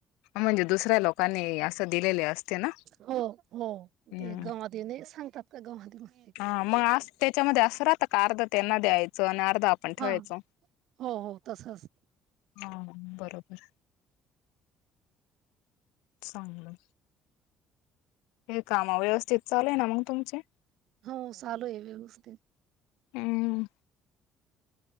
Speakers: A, on the left; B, on the right.
A: मग म्हणजे दुसऱ्या लोकांनी असं दिलेले असते ना
B: हो हो,
A: हम्म
B: ते गवात ये नई सांगतात. <unintelligible>
A: हा मग अस त्याच्यामध्ये असं राहत का, अर्ध त्यांना द्यायचं आणि अर्ध ठेवायचं
B: हा हो हो, तस अस
A: हा बरोबर. चांगलं. हे कामा मग व्यवस्थित चालूय ना मग तुमचे?
B: होव चालूय व्यवस्थित.
A: हम्म